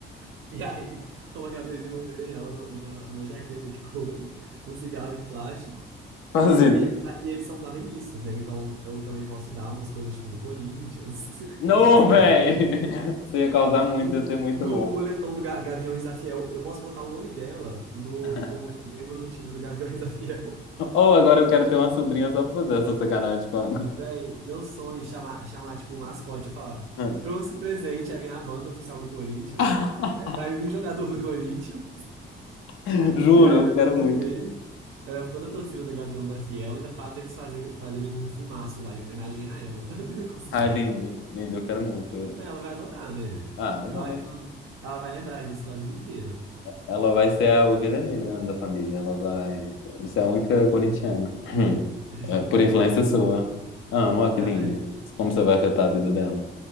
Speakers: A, on the right (about 85°); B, on the left (about 85°).
A: <laughs> E aí, colocava ele de uma maneira, ela nu- numa, numa jaqueta de couro, um cigarro de plástico.
B: Faz
A: E, e,
B: isso.
A: ele- e eles são flamenguistas, né? Então eu também posso dar umas coisas tipo do Corinthians. <laughs>
B: Não, véi! <laughs> Isso ia causar muito,
A: No,
B: ia ser muito
A: no
B: bom.
A: moletom do Ga- Gaviões da Fiel. Eu posso botar o nome dela no,
B: <laughs>
A: como to- membro do time do Gaviões da Fiel.
B: Ou agora eu quero ter uma sobrinha só pra fazer essa sacanagem com a...
A: Daí, meu sonho, chamar, chamar tipo o mascote, eu falar,
B: com
A: trouxe presente, aí vem a banda oficial do Corinthians,
B: a-
A: aí vai um jogador do Corinthians.
B: <laughs> Juro,
A: E aí
B: eu
A: eu levo
B: quero
A: todos
B: muito.
A: eles, eu levo toda a torcida da Gavião da Fiel, ainda faz eles fazerem, fazerem um fumaço lá em homenagem a ela, <laughs> com cigarro.
B: Ah, lindo, lindo, eu quero muito.
A: Aí ela vai adorar, né?
B: Ah, vai.
A: Eu acho que ela, ela vai lembrar disso pra vida inteira.
B: Ela vai ser a ovelha negra né, da família, ela vai ser a única corintiana. <clears throat>
A: <laughs>
B: É, Por influência sua. Amo, ó, que lindo.
A: Ai,
B: Como você vai afetar
A: ai.
B: a vida dela?